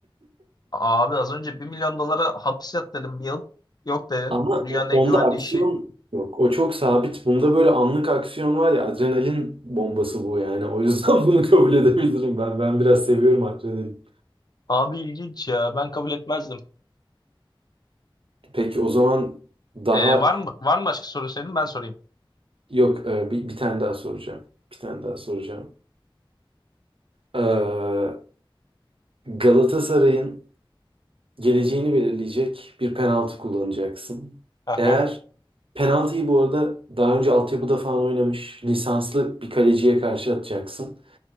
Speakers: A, on the left; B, on the right.
A: Abi az önce bir milyon dolara hapis yat dedim bir yıl. Yok dedim.
B: Ama
A: Dünyanın
B: o-
A: en
B: onda
A: güvenli
B: aksiyon
A: işi.
B: yok. O çok sabit. Bunda böyle anlık aksiyon var ya adrenalin bombası bu yani. O yüzden <laughs> bunu kabul edebilirim ben. Ben biraz seviyorum adrenalin.
A: Abi ilginç ya. Ben kabul etmezdim.
B: Peki o zaman daha
A: Ee, var mı var mı başka soru senin? Ben sorayım.
B: yok e, bir, bir tane daha soracağım. Bir tane daha soracağım. Ee, Galatasaray'ın geleceğini belirleyecek bir penaltı kullanacaksın.
A: Aha.
B: Eğer penaltıyı bu arada daha önce altyapıda falan oynamış lisanslı bir kaleciye karşı atacaksın.